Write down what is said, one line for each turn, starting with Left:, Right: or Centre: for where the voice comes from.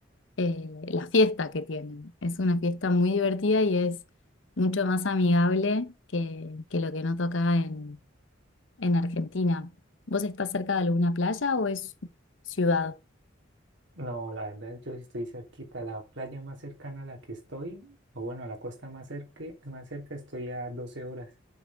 Left: eh, la fiesta que tienen. Es una fiesta muy divertida y es mucho más amigable que, que lo que noto acá en, en Argentina. ¿Vos estás cerca de alguna playa o es ciudad?
Right: No, la verdad, yo sí estoy cerquita. La playa más cercana a la que estoy, o bueno, a la costa más cerca, más cerca estoy a 12 horas.